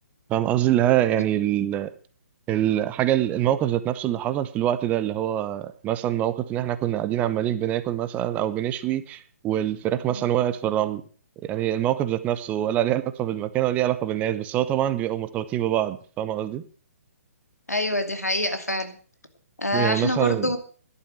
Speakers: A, on the right; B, on the left.
A: فاهم قصدي اللي هي يعني
B: <laughs>
A: ال- الحاجه الموقف ذات نفسه اللي حصل في الوقت ده اللي هو مثلا موقف ان احنا كنا قاعدين عمالين بناكل مثلا او بنشوي والفراخ
B: مم.
A: مثلا وقعت في الرمل يعني الموقف ذات نفسه ولا ليه علاقه بالمكان ولا ليه علاقه بالناس بس هو طبعا بيبقوا مرتبطين ببعض فاهم قصدي
B: ايوه دي حقيقة فعلا آه
A: يعني
B: احنا
A: مثلا
B: برضو